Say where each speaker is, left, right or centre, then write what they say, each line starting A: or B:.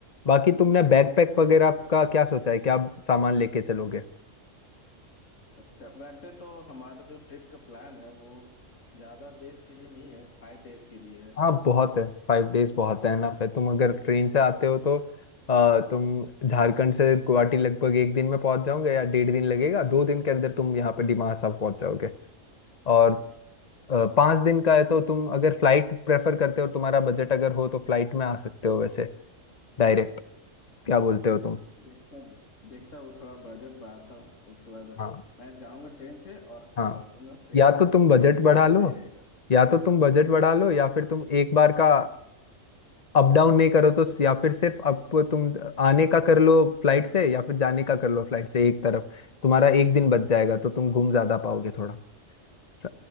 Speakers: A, on the left (about 35°); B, on the left (about 75°).
A: बाकी तुमने बैकपैक वगैरह का क्या सोचा है क्या सामान लेके चलोगे
B: अच्छा वैसे तो हमारा जो ट्रिप का प्लान है वो ज्यादा देश के लिए नहीं है फाइव डेज के लिए है
A: हाँ बहुत है फाइव डेज बहुत है ना फिर तुम अगर ट्रेन से आते हो तो अ, तुम झारखंड से गुवाहाटी लगभग एक दिन में पहुंच जाओगे या डेढ़ दिन लगेगा दो दिन के अंदर तुम यहाँ पे डिमासा साहब पहुंच जाओगे और अ, पाँच दिन का है तो तुम अगर फ्लाइट प्रेफर करते हो तुम्हारा बजट अगर हो तो फ्लाइट में आ सकते हो वैसे डायरेक्ट क्या बोलते हो तुम
B: देखता हूँ देखता हूँ थोड़ा बजट बढ़ाता हूँ उसके बाद
A: हाँ
B: मैं जाऊंगा ट्रेन से और
A: हाँ
B: लौटूंगा फ्लाइट
A: या तो तुम बजट
B: से
A: बढ़ा
B: वो
A: लो
B: सही रहेगा
A: या तो तुम बजट बढ़ा लो या फिर तुम एक बार का अप डाउन नहीं करो तो या फिर सिर्फ अप तुम आने का कर लो फ्लाइट से या फिर जाने का कर लो फ्लाइट से एक तरफ तुम्हारा एक दिन बच जाएगा तो तुम घूम ज्यादा पाओगे थोड़ा स-